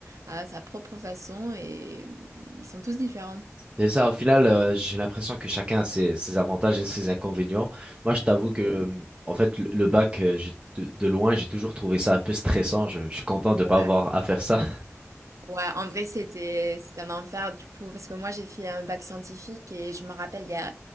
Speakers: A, on the right; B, on the right.
A: a sa propre façon et ils sont tous différents.
B: C'est ça, au final, euh, j'ai l'impression que chacun a ses, ses avantages et ses inconvénients. Moi, je t'avoue que, euh, en fait, le, le bac, euh, j'ai- de, de loin, j'ai toujours trouvé ça un peu stressant. Je, je suis content de pas
A: Ouais,
B: avoir à faire ça.
A: ouais, en vrai, c'était c'était un enfer du coup, parce que moi j'ai fait un bac scientifique et je me rappelle, il y a,